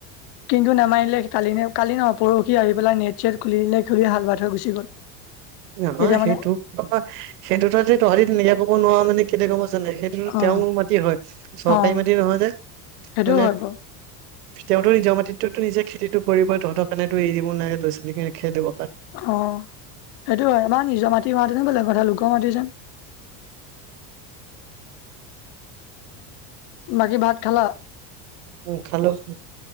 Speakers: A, on the left; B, on the right.
A: কিন্তু নামানিলে। কালি কালি ন পৰহি আহি পেলাই নেট চেট খুলি দিলে খুলি হাল ভাত হৈ গুচি গ'ল।
B: ন
A: এতিয়া মানে
B: সেইটো সেইটো ত তহাৰ নিজে ক'ব নোৱাৰা মানে কেলে গম পাইছ নাই সেইটো
A: অ',
B: তেওঁ মাটি হয় চৰকাৰী
A: অ',
B: মাটি নহয় যে
A: সেইটোও
B: মানে
A: হয় বাৰু
B: তেওঁতো নিজৰ মাটিতটোতো নিজে খেতিটো কৰিবই তহঁতৰ কাৰণে তো এৰি দ নাই লৰা ছোৱালীকনে খে দিব
A: অ', সেইটো হয়। তোমাৰ নিজৰ মাটি হোৱাহেঁতেনো বেলেগ কথা লোকৰ মাটি যে বাকী ভাত খালা?
B: উম, খালোঁ <inaudible>